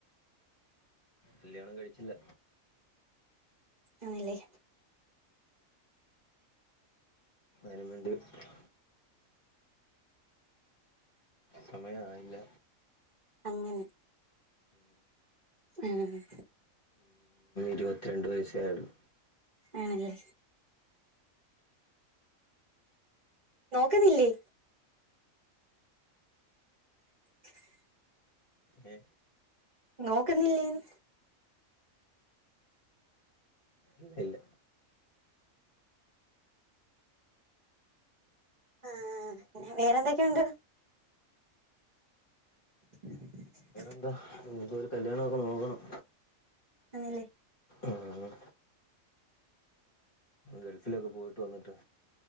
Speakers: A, on the left; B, on the right.
A: കല്യാണം കഴിച്ചില്ല.
B: ആണ്ല്ലേ
A: <unintelligible> സമയം ആയില്ല
B: അങ്ങനെ ആഹ്
A: ഇരുപത്തി രണ്ട് വയസ്സെ ആയൊള്ളു
B: ആണ ല്ലെ നോക്കുന്നില്ലേ <inaudible>
A: ഏ
B: നോക്കുന്നി ല്ലേന്ന്
A: ഇല്ല ല്ല
B: ആഹ് പിന്നെ വേറെ എന്തൊക്കെ ഉണ്ട് <inaudible>
A: എന്താ ഇനി ഇപ്പൊ ഒരു കല്യാണക്കെ നോക്കണം
B: ആണ് ല്ലെ
A: ആഹ് ഗൾഫിലൊക്കെ പോയിട്ട് വന്നിട്ട്